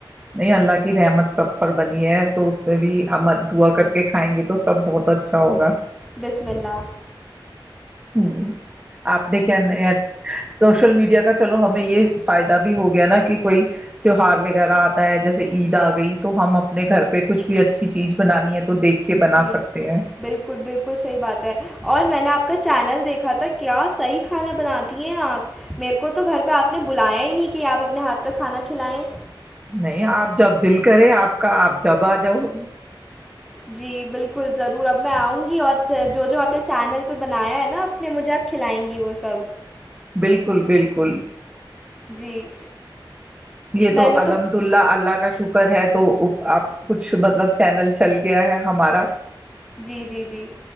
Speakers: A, on the right; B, in the centre.
A: نہیں اللہ کی رحمت سب پر بنی ہے تو اس میں بھی ہم دھوا کر کے کھائیں گے تو سب بہت اچھا ہوگا
B: بسملہ
A: ہوں آپ نے کیا سوشل میڈیا انڈیا کا چلو ہمیں یہ فائدہ بھی ہو گیا نا کہ کوئی تیوہار وغیرہ آتا ہے جیسے عید آ گئی تو ہم اپنے گھر پہ کچھ بھی اچھی چیز بنانی ہے تو دیکھ کے بنا
B: جی
A: سکتے ہیں
B: بالکل بالکل صحیح بات ہے اور میں نے آپ آ کا چینل دیکھا تھا کیا صحیح کھانا بناتی ہیں آپ میرے کو تو گھر پہ آپ نے بلایا ہی نہیں کہ آپ اپنے ہاتھ کا کھانا کھلائیں
A: نہیں آپ جب دل کرے آپ کا آپ جب آ جاؤ
B: جی بالکل ضرور اب میں آؤں گی اور جو جو آپ نے چینل پہ بنایا ہے نا اپ نے مجھے آپ کھلائیں گی وہ سب
A: بالکل بالکل
B: جی
A: یہ
B: میں
A: تو
B: نے
A: الحمد اللہ اللہ کا شکر ہے تو آپ کچھ مطلب چینل چل گیا ہے ہمارا
B: جی جی جی